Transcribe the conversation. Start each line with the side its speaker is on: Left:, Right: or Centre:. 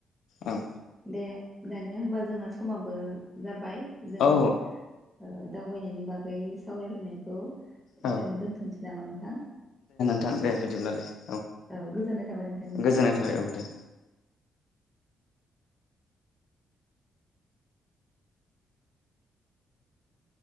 Left: औ
Centre: दे दानिया होमबा जोंना समाबो जाबाय जों
Left: औ
Centre: ओ दावबायनायनि बागै सावरायलायनायखौ
Left: औ
Centre: एसेआवनो दोनथनोसै नामा नोंथां
Left: थां दे बिदिब्लालाय
Centre: औ गोजोननाय थाबाय नोंथांनिसिम
Left: गोजोननाय थाबाय औ दे